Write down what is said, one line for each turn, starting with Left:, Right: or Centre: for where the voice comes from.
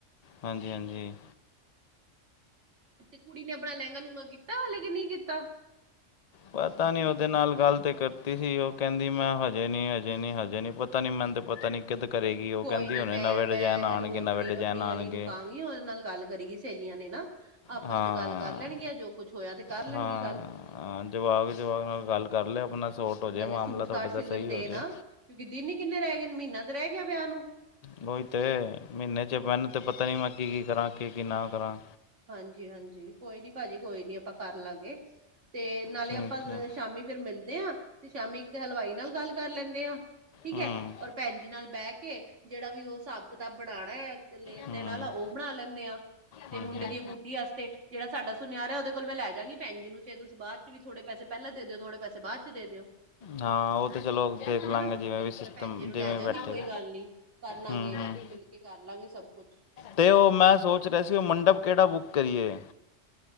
Left: ਹਾਂਜੀ-ਹਾਂਜੀ।
Right: ਤੇ ਕੁੜੀ ਨੇ ਆਪਣਾ ਲਹਿੰਗਾ ਲੂੰਘਗਾ ਕੀਤਾ ਹਲੇ ਕੇ ਨਹੀਂ ਕੀਤਾ।
Left: ਪਤਾ ਨੀ ਉਹਦੇ ਨਾਲ ਗੱਲ ਤੇ ਕਰਤੀ ਸੀ ਉਹ ਕਹਿੰਦੀ ਮੈਂ ਹਜੇ ਨੀ ਹਜੇ ਨੀ ਹਜੇ ਨੀ ਪਤਾ ਨੀ ਮੈਨੂੰ ਤੇ ਪਤਾ ਨੀ। ਕਰੇਗੀ। ਉਹ ਕਹਿੰਦੀ
Right: ਕੋਈ ਨੀ
Left: ਹੁਣੇ
Right: ਮੈਂ
Left: ਨਵੇਂ
Right: ਮੈਂ
Left: ਡਿਜ਼ਾਇਨ
Right: ਇਹਨੂੰ
Left: ਆਉਣਗੇ
Right: ਆਪਣੀ
Left: ਨਵੇਂ ਡਿਜ਼ਾਇਨ
Right: -ਆਪਣੀ
Left: ਆਉਣਗੇ
Right: ਅਲੀ ਨੂੰ ਕਹਾਂਗੀ ਉਹਦੇ ਨਾਲ ਗੱਲ ਕਰੇਗੀ। ਸਹੇਲੀਆਂ ਨੇ ਨਾ ਆਪਸ
Left: ਹਾਂ
Right: ਚ ਗੱਲ ਕਰ ਲੈਣਗੀਆਂ ਜੋ ਕੁਛ ਹੋਇਆ ਤੇ ਕਰ ਲੈਣ
Left: ਹਾਂ
Right: ਗਈ ਗੱਲ
Left: ਜਵਾਕ, ਜਵਾਕ ਨਾਲ ਗੱਲ ਕਰ ਲਿਓ ਆਪਣਾ ਸੋਟ ਹੋ ਜਾਵੇ
Right: ਨਾਲੇ
Left: ਮਾਮਲਾ
Right: ਸੂਟ
Left: ਤੁਹਾਡੇ
Right: ਸਾਟ
Left: ਤਾਂ
Right: ਸਿਲਣ
Left: ਸਹੀ
Right: ਦੇ
Left: ਹੋ
Right: ਨਾ
Left: ਜਾਵੇ
Right: ਕਿਉਂਕਿ ਦਿਨ ਹੀ ਕਿੰਨੇ ਰਹਿ ਗਏ ਨੇ ਮਹੀਨਾ ਤੇ ਰਹਿ ਗਿਆ ਵਿਆਹ ਨੂੰ
Left: ਬਹੀ ਤੇ ਮਹੀਨੇ ਚ ਮੈਨੂੰ ਤੇ ਪਤਾ ਨੀ ਮੈਂ ਕੀ -ਕੀ ਕਰਾਂ ਕੀ- ਕੀ ਨਾ ਕਰਾਂ
Right: ਹਾਂਜੀ ਹਾਂਜੀ ਕੋਈ ਨੀ ਭਾਜੀ ਕੋਈ ਨੀ ਆਪਾਂ ਕਰ ਲਵਾਂਗੇ ਤੇ ਨਾਲੇ
Left: ਠੀਕ
Right: ਆਪਾਂ
Left: ਹੈ
Right: ਸ਼ਾਮੀ ਫਿਰ ਮਿਲਦੇ ਆ ਤੇ ਸ਼ਾਮੀ ਇੱਕਤੇ ਹਲਵਾਈ ਨਾਲ ਗੱਲ ਕਰ ਲੈਂਦੇ ਆ ਠੀਕ
Left: ਹਮ
Right: ਹੈ ਔਰ ਭੈਣ ਜੀ ਨਾਲ ਬਹਿ ਕੇ ਜਿਹੜਾ ਵੀ ਉਹ ਹਿਸਾਬ ਕਿਤਾਬ ਬਣਾਉਣਾ ਹੈ, ਲੈਣ
Left: ਹਮ ਹਮ
Right: ਦੇਣ ਵਾਲਾ ਉਹ ਬਣਾ ਲੈਂਦੇ ਆ, ਤੇ
Left: ਹਮ
Right: ਮੁੰਡੇ ਗੁੱਡੀ ਵਾਸਤੇ ਜਿਹੜਾ ਸਾਡਾ ਸੁਨਿਆਰ ਹੈ ਉਹਦੇ ਕੋਲ ਮੈਂ ਲੈ ਜਾਵਾਂਗੀ ਭੈਨ ਜੀ ਨੂੰ ਫੇ ਤੁਸੀ ਬਾਅਦ ਚ ਵੀ ਥੋੜੇ ਪੈੇ ਪਹਿਲਾ ਦੇ ਦਿਓ ਥੋੜੇੈੇ ਬਾਅਦ ਚ ਦੇ ਦਿਓ
Left: ਹਾਂ ਉਹ ਤੇ ਚਲੋ ਦੇਖ ਲਾਂਗੇ
Right: ਹਨਾ
Left: ਜਿਵੇਂ ਵੀ ਸਿਸਟਮ
Right: ਮੈਂ ਭੈਣ ਜੀ ਨੂੰ
Left: ਜਿਵੇਂ
Right: ਲੈ ਜਾਗੀ
Left: ਬੈਠੇ
Right: ਕੋਈ ਗੱਲ ਨੀ ਕਰ ਲਾਂਗੇ
Left: ਹਮ ਹਮ
Right: ਮਿਲ ਕੇ ਕਰ ਲਾਂਗੇ ਸਭ ਕੁੱਛ
Left: ਤੇ ਉਹ ਮੈਂ ਸੋਚ ਰਿਹਾ ਸੀ ਉਹ ਮੰਡਪ ਕਿਹੜਾ ਬੁੱਕ ਕਰੀਏ।